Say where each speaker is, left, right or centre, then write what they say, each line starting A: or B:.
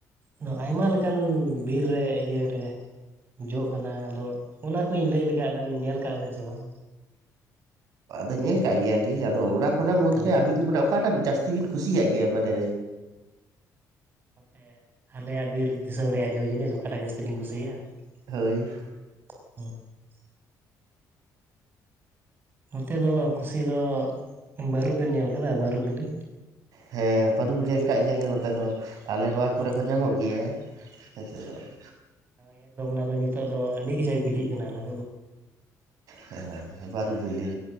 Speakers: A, on the right; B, on the right.
A: ᱱᱚᱣᱟ ᱟᱭᱢᱟ ᱞᱮᱠᱟᱱ ᱵᱤᱨ ᱨᱮ ᱤᱭᱟᱹᱨᱮ᱾ ᱡᱚᱜ ᱠᱟᱱᱟ ᱟᱫᱚ ᱚᱱᱟ ᱠᱚᱧ ᱞᱟᱹᱭ ᱞᱮᱠᱷᱟᱡ ᱥᱵᱮᱱ ᱧᱮᱞ ᱠᱟᱜ ᱵᱮᱱ ᱥᱮ ᱵᱟᱝ?
B: ᱟᱫᱚ ᱧᱮᱞ ᱠᱟᱜ ᱜᱮᱭᱟᱞᱤᱧ ᱟᱫᱚ ᱚᱱᱟ ᱠᱷᱚᱱᱟᱜ ᱢᱩᱫᱽᱨᱮ
A: ᱦᱮᱸ
B: ᱟᱹᱵᱤᱱ ᱢᱟᱱᱮ ᱚᱠᱟᱴᱟᱜ ᱡᱟᱹᱥ ᱛᱤ ᱵᱤᱱ ᱠᱩᱥᱤᱭᱟᱜ ᱜᱮᱭᱟ ᱢᱟᱱᱮ᱾
A: ᱱᱚᱛᱮ ᱟᱞᱮᱭᱟᱜ ᱵᱤᱨ ᱫᱤᱥᱚᱢ ᱨᱮᱭᱟᱜ ᱡᱚ ᱡᱤᱱᱤᱥ ᱚᱠᱟᱴᱟᱜ ᱡᱟᱹᱥᱛᱤ ᱞᱤᱧ ᱠᱩᱥᱤᱭᱟᱜᱼᱟ?
B: ᱦᱳᱭ
A: <inaudible> ᱱᱚᱛᱮ ᱫᱚ ᱠᱩᱥᱤ ᱫᱚ ᱵᱟᱹᱨᱩ ᱵᱮᱱ ᱧᱮᱞ ᱠᱟᱫᱟ ᱵᱟᱹᱨᱩ ᱵᱤᱞᱤ?
B: ᱦᱮᱸ ᱵᱟᱹᱨᱩ ᱧᱮᱞ ᱠᱟᱜ ᱜᱮᱭᱟᱞᱮ ᱱᱚᱛᱮ ᱦᱚᱸ ᱟᱞᱮ ᱱᱚᱣᱭᱟ
A: ᱦᱮᱸ
B: ᱠᱚᱨᱮᱜ ᱦᱚᱸ ᱧᱟᱢᱚᱜ ᱜᱮᱭᱟ᱾ <inaudible>
A: <unintelligible> ᱱᱤᱛᱳ ᱫᱚ ᱟᱹᱰᱤ ᱠᱟᱡᱟᱠ ᱵᱤᱞᱤᱜ ᱠᱟᱱᱟ᱾
B: ᱦᱮᱸ ᱵᱟᱨᱩ ᱵᱮᱞᱮ᱾